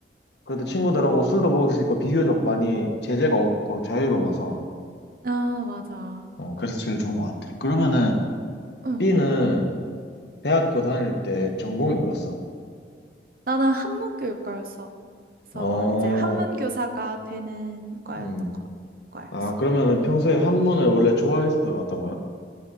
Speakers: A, on the left; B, on the right.
A: 그래도 친구들하고 술도 먹을 수 있고 비교적 많이 제재가 없고 자유로워서
B: 아, 맞아.
A: 어, 그래서 제일 좋은 것 같아. 그러면은
B: 응.
A: B는 대학교 다닐 때 전공이 뭐였어?
B: 나는 한문교육과였어. 그래서
A: 어,
B: 이제 한문교사가 되는 과였던
A: 음.
B: 거, 과였어.
A: 아, 그러면은 평소에 한문을 원래 좋아해서 들어갔던 거야?